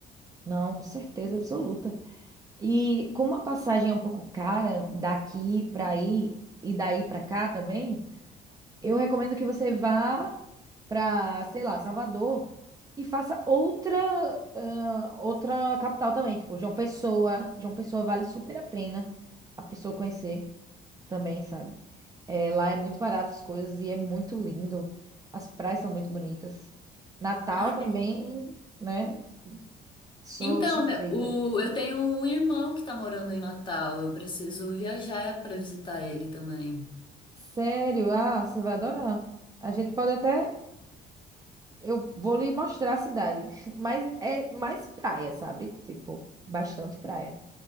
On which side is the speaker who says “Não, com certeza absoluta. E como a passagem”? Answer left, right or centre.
Right